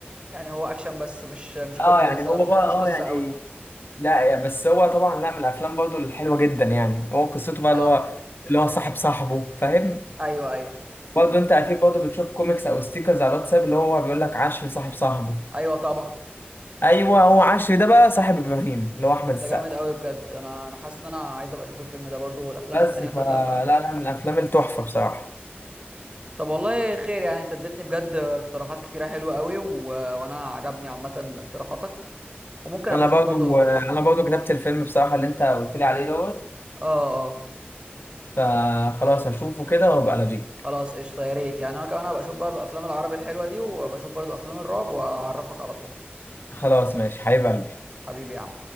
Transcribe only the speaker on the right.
يعني هو اكشن بس مش مش كوميدي
مثلا
ما
فيهوش
قصه
قوي
اه
ايوه ايوه
ايوه طبعا
ده
جامد قوي بجد انا انا حاسس ان انا عايز ابقى اشوف الفيلم ده برضو والافلام
التانية
كلها ف
طب والله خير يعني انت اديتني بجد اقتراحات كتيرة حلوة قوي و... وانا عجبني عامة اقتراحاتك وممكن ابقى
اشوف
برضو
اه
اه
خلاص قشطه يا ريت يعني انا كمان هبقى اشوف برضو افلام العربي الحلوه دي وابقى اشوف برضو افلام الرعب واعرفك على طول
حبيبي يا عم